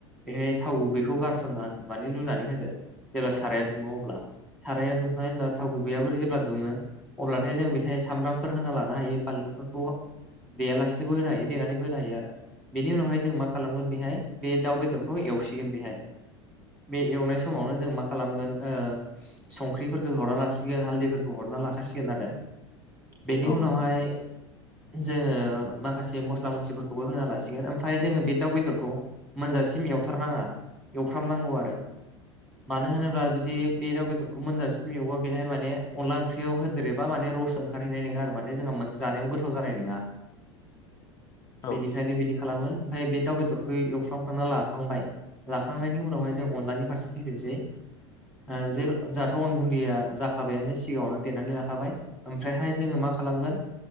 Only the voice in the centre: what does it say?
बेहाय थाव गुबैखौ गारसनना होदो माने लुनानै होदो जेब्ला साराया दुङो अब्ला साराया दुंखानाय होनब्ला थाव गुबैयफोर जेब्ला दुङो अब्लाथाय जों बेहाय सामब्रामफोर होना लानो हायो बानलुफोरखौ गेयालासिनोबो होनो हायो देनानैबो होनो हायो आरो बेनि उनावहाय जों मा खालामगोन बेहाय बे दाउ बेदरखौ एवसिगोन बेहाय बे एवनाय समावनो जों मा खालामगोन ओ संख्रिफोरखौ हरना लासिगोन हालदैफोरखौ हर लाखासिगोन बेनि
उनावहाय
जोङो माखासे मस्ला मस्लिफोरखौबो होना लासिगोन ओमफ्राय जोङो बे दाउ बेदरखौ मोनजासिम एवथारनाङा एवफ्रामनांगौ आरो मानो होनोब्ला जुदि बे दाउ बेदरखौ मोनजांसिन एवबा बेहाय माने अनला ओंख्रियाव होदेरोबा माने रस ओंखारहैनाय नङा आरो माने जोंहा जानायाव गोथाव जानाय नङा
बेनिखायनो बिदि खालामो ओमफ्राय बे दाउ बेदरखौ एवफ्रांम खांना लाखांबाय लाखांनायनि उनावहाय जों अनलानि फारसे फैफिनसै ओ जे जाहाथ' अन गुन्दैया जाखाबायानो सिगाङावनो देनानै लाखाबाय ओमफ्रायहाय जोङो मा मा खालामगोन